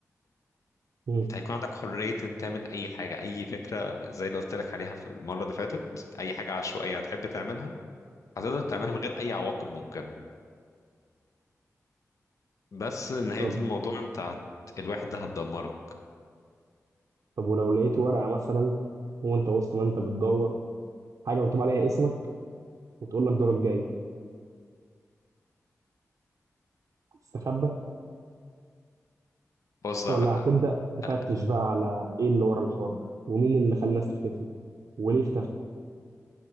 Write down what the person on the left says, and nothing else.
انت هيكون عندك حرية ان تعمل اي حاجة اي فكرة زي اللي قلت لك عليها في المرة اللي فاتت اي حاجة عشوائية هتحب تعملها هتقدر تعملها من غير اي عواقب ممكنة بس نهاية
الموضوع انت هت... الوحدة هتدمرك
بص
يا عب-
أ-